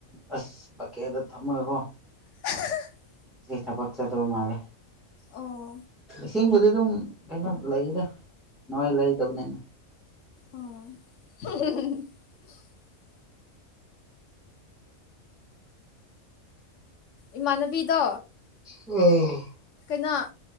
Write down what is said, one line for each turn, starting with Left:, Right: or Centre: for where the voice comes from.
Centre: ꯑꯁ ꯕꯛꯀꯦꯗ ꯊꯝꯃꯒꯀꯣ
Left: <unintelligible> <inaudible>
Centre: ꯊꯄꯛ ꯆ ꯇ ꯃꯥꯂꯦ
Left: ꯑꯣ
Centre: ꯁꯤ ꯑꯗꯨꯝ ꯀꯩꯅꯣ ꯂꯩꯗ ꯅꯣꯏ ꯂꯩꯇꯕꯅꯤꯅ
Left: ꯑꯣ <unintelligible> <inaudible> ꯏꯃꯥꯟꯅꯕꯤꯗꯣ
Centre: ꯎꯝ <unintelligible> <inaudible>
Left: ꯅ